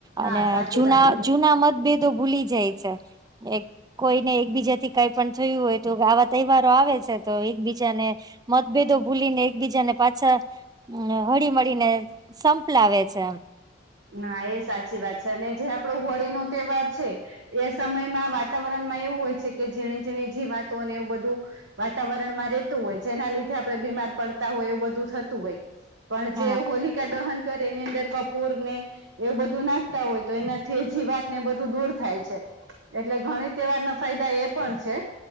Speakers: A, on the right; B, on the right.
A: અને
B: હા સાચી
A: જુના
B: વાત છે
A: જૂના મતભેદો ભૂલી જાય છે કોઈને એક બીજાથી કઈ પણ થયું હોય તો આવા તહેવારો આવે છે. તો એકબીજાને મતભેદો ભૂલી ને એકબીજાને પાછા હ હળી મળીને સંપલાવેે છે.
B: ના એ સાચી વાત છે અને જે આપણો હોળી નો તહેવાર છે. એ સમયમાં વાતાવરણમાં એવું હોય કે ઝીણી ઝીણી જી વાતો અને એવું બધું વાતાવરણ માં રેતું હોય જેના લીધે આપણે બીમાર પડતા હોય એવું બધું થતું હોય પણ
A: હા
B: જે હોલિકા દહન કરે એની અંદર કપૂર ને એવું બધું નાખતા હોય તો એનાથી જી વાત ને એ બધું દૂર થાય છે. એટલે ઘણી તહેવારના ફાયદા એ પણ છે